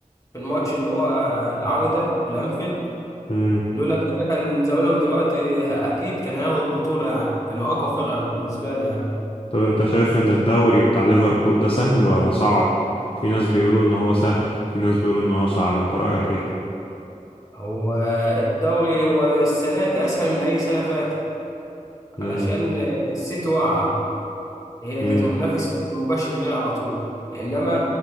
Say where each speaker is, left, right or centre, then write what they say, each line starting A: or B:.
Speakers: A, on the left (about 25°); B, on the left (about 40°).
A: في الماتش اللي هو آه، آه، العوده في الانفيلد
B: مم.
A: لولا كده كان زمانهم دلوقتي اكيد كان هياخدوا البطوله يعني كانوا اقوى فرقه بالنسبه لي يعني
B: طب أنت شايف إن الدوري بتاع ليفربول ده سهل ولا صعب؟ في ناس بيقولوا إن هو سهل في ناس بيقولوا إن هو صعب أنت رأيك إيه؟
A: هو الدوري هو السنه دي اسهل من اي سنه فاتت
B: امم
A: علشان آه، السيتي واقعه هي
B: امم
A: كانت المنافس المباشر ليها على طول انما